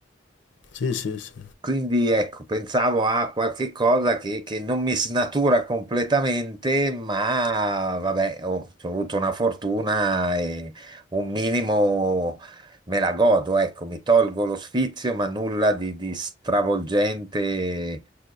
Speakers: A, on the left; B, on the right.
A: Sì, sì, sì.
B: Quindi ecco, pensavo a qualche cosa che, che non mi snatura completamente, ma vabbè, oh, ho avuto una fortuna e un minimo me la godo, ecco, mi tolgo lo sfizio, ma nulla di, di stravolgente